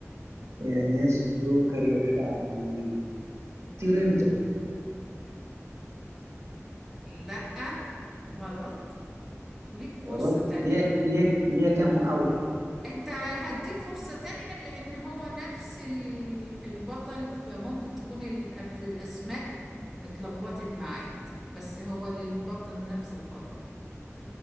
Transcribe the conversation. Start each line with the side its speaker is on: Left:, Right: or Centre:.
Right: يا ناس يلوكل يا شعبي طير انت
Centre: لا غلط ليك فرصة
Right: غلط
Centre: تانية
Right: ليا ليا ليا كام محاولة
Centre: انت هديك فرصة تانية لان هو نفس ال- البطل فممكن تكون الأف- الاسماء اتلخبطت معاك بس هو للبطل نفس البطل